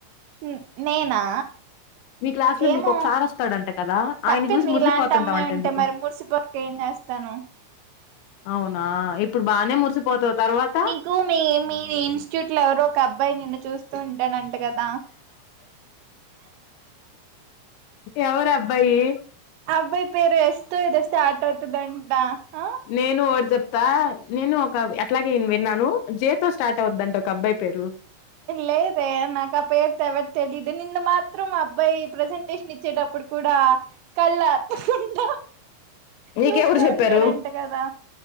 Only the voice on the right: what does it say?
ఉం నేనా
ఏమో
పక్కన
నీలాంటి
అమ్మాయి ఉంటే
మరి మురిసిపోక ఏం చేస్తాను
నీకు మీ మీ ఇన్స్టిట్యూట్ లో ఎవరో ఒక అబ్బాయి నిన్ను చూస్తూ ఉంటాడంట కదా
ఆ అబ్బాయి పేరు ఎస్ తో ఎదో స్టార్ట్ అవుతదంటా ఆ
లేదే నాకు ఆ పేరు తో ఎవరు తెలియదే నిన్ను మాత్రం ఆ అబ్బాయి ప్రజెంటేషన్ ఇచ్చేటప్పుడ్ కూడా కళ్ళర్పకుండా
చూస్తూ
ఉంటాడం ట కదా